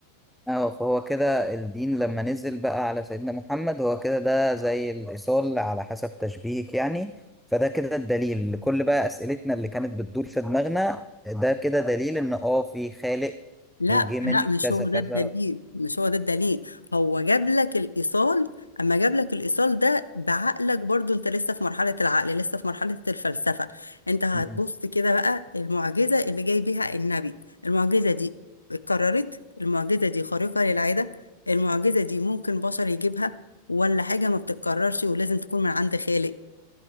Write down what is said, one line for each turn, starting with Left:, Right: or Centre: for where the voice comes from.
Centre: اه فهو كده الدين لما نزل بقى على سيدنا محمد هو كده ده زي الإيصال على حسب تشبيهك يعني فده كده الدليل لكل بقى أسئلتنا اللي كانت بتدور في دماغنا ده كده دليل إن اه في خالق
Left: لا
Centre: وجه من
Left: لا مش
Centre: كذا
Left: هو
Centre: كذا
Left: ده الدليل مش هو ده الدليل هو جاب لك الإيصال أما جاب لك الإيصال ده بعقلك برضو أنت لسه في مرحلة العقل لسه في مرحلة الفلسفة أنت هتبص
Centre: مم.
Left: كده بقى المعجزة اللي جاي بيها النبي المعجزة دي اتكررت المعجزة دي خارقة للعادة المعجزة دي ممكن بشر يجيبها ولا حاجة ما بتتكررش ولازم تكون من عند خالق